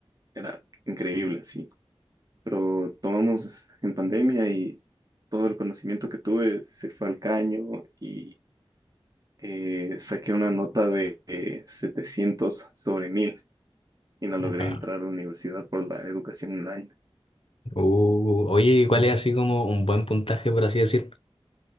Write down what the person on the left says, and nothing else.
Guau.
Uh, oye, ¿y ¿cuál es así como un buen puntaje, por así decir?